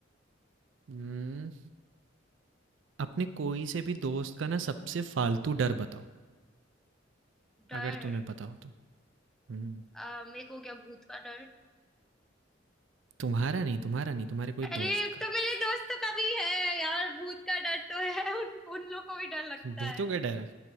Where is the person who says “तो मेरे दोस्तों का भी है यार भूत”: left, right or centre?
Centre